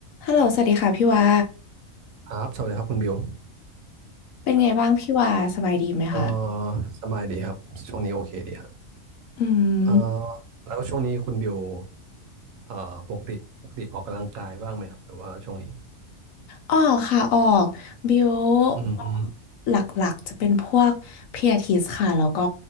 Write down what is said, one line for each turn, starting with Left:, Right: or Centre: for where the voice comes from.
Left: ฮัลโหลสวัสดีค่ะพี่วา
Right: ครับสวัสดีครับคุณบิว
Left: เป็นไงบ้างพี่วาสบายดีไหมคะ
Right: เอ่อสบายดีครับช่วงนี้โอเคดีฮะ
Left: อืม
Right: เอ่อแล้วช่วงนี้คุณบิวเอ่อปกติปกติออกกำลังกายบ้างไหมครับแบบว่าช่วงนี้
Left: ออกค่ะออก บิว
Right: อืม
Left: ออกหลักๆจะเป็นพวกเพียทิสค่ะแล้วก็